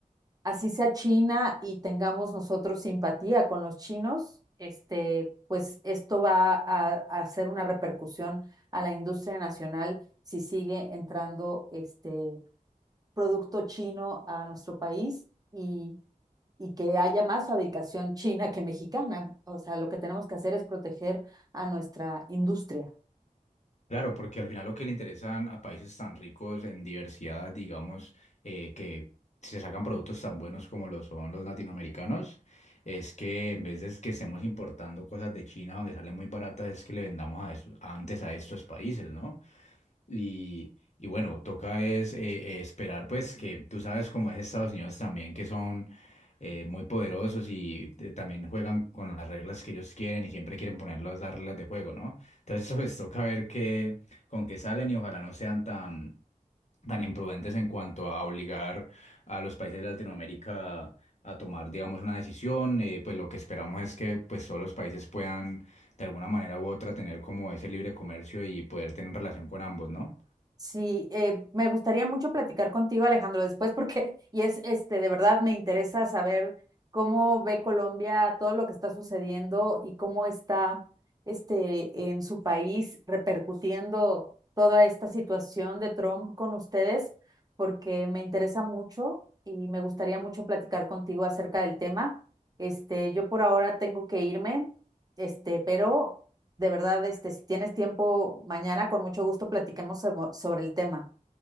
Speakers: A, on the right (about 25°); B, on the left (about 55°).
A: así sea China y tengamos nosotros simpatía con los chinos, este, pues esto va a, a hacer una repercusión a la industria nacional si sigue entrando este producto chino a nuestro país y, y que haya más fabricación china que mexicana. O sea, lo que tenemos que hacer es proteger a nuestra industria.
B: Claro, porque al final lo que le interesan a países tan ricos en diversidad, digamos, eh, que se sacan productos tan buenos como lo son los latinoamericanos, es que en vez de que estemos importando cosas de China donde salen muy baratas, es que le vendamos a eso- antes a estos países, ¿no? Y, y bueno, toca es eh, eh, esperar, pues, que tú sabes cómo es Estados Unidos también, que son eh, muy poderosos y te- también juegan con las reglas que ellos quieren y siempre quieren ponerlas las las reglas de juego, ¿no? Entonces, <laughs> pues, toca ver qué, con qué salen y ojalá no sean tan, tan imprudentes en cuanto a obligar a los países de Latinoamérica a tomar, digamos, una decisión. Eh, pues, lo que esperamos es que, pues, todos los países puedan, de alguna manera u otra, tener como ese libre comercio y poder tener relación con ambos, ¿no?
A: Sí, eh, me gustaría mucho platicar contigo, Alejandro, después porque <laughs> y es este de verdad me interesa saber cómo ve Colombia todo lo que está sucediendo y cómo está este en su país repercutiendo toda esta situación de Trump con ustedes, porque me interesa mucho y me gustaría mucho platicar contigo acerca del tema. Este, yo por ahora tengo que irme, este, pero de verdad, este, si tienes tiempo mañana, con mucho gusto platiquemos sobre el tema.